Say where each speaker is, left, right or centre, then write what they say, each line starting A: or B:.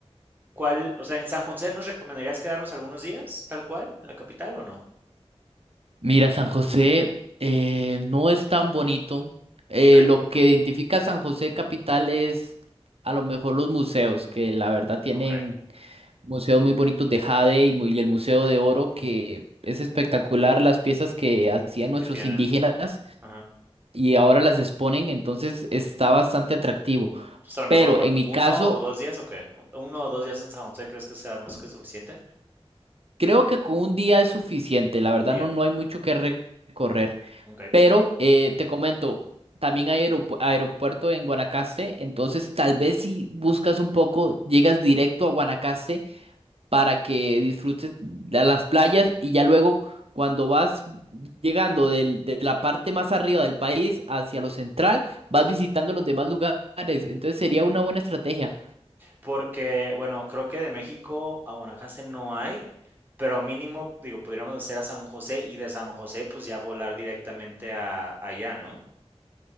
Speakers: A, on the right; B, on the right.
A: ¿cuál? O sea, en San José nos recomendarías quedarnos algunos días, tal cual, en la capital o no?
B: Mira, San José eh, no es tan bonito. Eh,
A: Ok,
B: lo que identifica a San José capital es a lo mejor los museos, que la verdad tienen
A: ok,
B: museos muy bonitos de jade y, mu- y el Museo de Oro, que es espectacular las piezas que hacían nuestros
A: ¿qué tienen?
B: indígenas
A: Ajá.
B: y ahora las exponen, entonces está bastante atractivo.
A: Entonces, a lo
B: Pero
A: mejor con
B: en mi
A: uno
B: caso,
A: o dos días, ¿o qué? ¿Uno o dos días en San José crees que sea más que suficiente?
B: creo que con un día es suficiente. La verdad
A: Un día,
B: no, no hay mucho que recorrer.
A: ok.
B: Pero eh, te comento, también hay aeropu- aeropuerto en Guanacaste, entonces tal vez si buscas un poco, llegas directo a Guanacaste para que disfrutes de las playas y ya luego cuando vas llegando del- de la parte más arriba del país hacia lo central, vas visitando los demás lugares, entonces sería una buena estrategia.
A: Porque, bueno, creo que de México a Guanacaste no hay, pero mínimo, digo, podríamos hacer a San José y de San José, pues ya volar directamente a allá, ¿no?